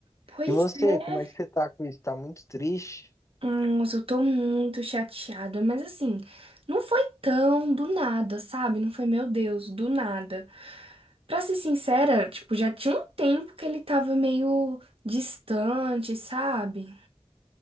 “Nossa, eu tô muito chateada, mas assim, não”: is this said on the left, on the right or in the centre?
Right